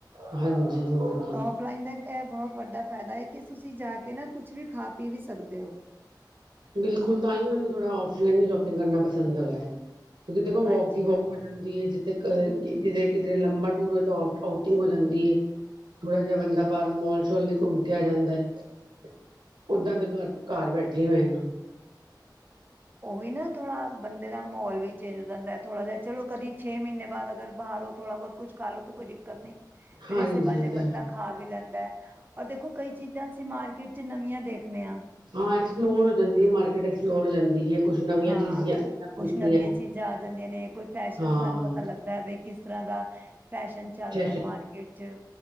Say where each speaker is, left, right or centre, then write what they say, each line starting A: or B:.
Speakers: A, on the right; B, on the right.
A: ਹਾਂਜੀ ਹੋਰ ਕੀ।
B: ਔਫਲਾਈਨ ਦਾ ਇਹ ਇੱਕ ਬਹੁਤ ਵੱਡਾ ਫਾਇਦਾ ਹੈ। ਕਿ ਤੁਸੀਂ ਜਾ ਕੇ ਨਾ ਕੁਛ ਵੀ ਖਾ ਪੀ ਵੀ ਸਕਦੇ ਹੋ।
A: ਬਿਲਕੁਲ, ਤਾਹੀ ਮੈਨੂੰ ਥੋੜਾ ਔਫਲਾਈਨ ਹੀ ਸ਼ੋਪਿੰਗ ਕਰਨਾ ਪਸੰਦ ਹੈਗਾ। ਤੁਸੀਂ ਦੇਖੋ
B: ਹਾਂਜੀ।
A: ਵੋਕ ਦੀ ਵੋਕ। ਹੋ ਜਾਂਦੀ ਹੈ, ਜਿੱਥੇ ਕਿ ਕਿ ਕਦੇ ਲੰਬਾ ਟੂਰ ਹੋ, ਆਊਟਿੰਗ ਹੋ ਜਾਂਦੀ ਹੈ। ਥੋੜਾ ਜਿਹਾ ਬੰਦਾ ਬਾਹਰੋਂ ਮੋਲ-ਸ਼ੋਲ ਦੀ ਘੁੰਮ ਕੇ ਆ ਜਾਂਦਾ ਹੈ। ਓਦਾਂ ਦੇ ਘਰ ਘਰ ਬੈਠੇ ਹੋਏਗਾ।
B: ਉਹੀ ਨਾ ਥੋੜ੍ਹਾ ਬੰਦੇ ਦਾ ਮਾਹੌਲ ਵੀ ਚੇਜ ਹੋ ਜਾਂਦਾ, ਥੋੜ੍ਹਾ ਜਿਹਾ ਚਲੋ, ਕਦੀ ਛੇ ਮਹੀਨੇ ਬਾਅਦ ਅਗਰ ਬਾਹਰੋਂ ਥੋੜਾ ਬਹੁਤ ਕੁਛ ਖਾਲੋ, ਤੇ ਕੋਈ ਦਿੱਕਤ ਨਹੀਂ, ਫੇਰ
A: ਹਾਂਜੀ
B: ਹਸੇ ਬਹਾਨੇ
A: ਤੇ
B: ਬੰਦਾ ਖਾ ਵੀ ਲੈਂਦਾ। ਔਰ ਦੇਖੋ ਕਈ ਚੀਜ਼ਾ ਤੇ ਮਾਰਕੀਟ ਚ, ਨਵੀਆਂ ਦੇਖਦੇ ਆ।
A: ਹਾਂ ਐਕਸਪਲੋਰ ਹੋ ਜਾਂਦੀ ਹੈ, ਮਾਰਕੀਟ ਐਕਸਪਲੋਰ ਹੋ ਜਾਂਦੀ ਹੈ। ਕੁਛ ਨਵੀਆਂ
B: ਹਾਂ,
A: ਚੀਜ਼ਾਂ
B: ਕੁੱਛ
A: ਦਿਖਦੀਆਂ
B: ਨਵੀਆਂ ਚੀਜ਼ਾਂ ਆ ਜਾਂਦੀਆਂ ਨੇ, ਕੋਈ ਫੈਸ਼ਨ
A: ਹਾਂ
B: ਸਾਨੂੰ ਪਤਾ ਲੱਗਦਾ। ਬਏ ਬਈ ਕਿਸ ਤਰ੍ਹਾਂ ਦਾ, ਫੈਸ਼ਨ ਚੱਲ
A: ਸੈਸ਼ਨ
B: ਰਿਹਾ ਮਾਰਕੀਟ ਚ।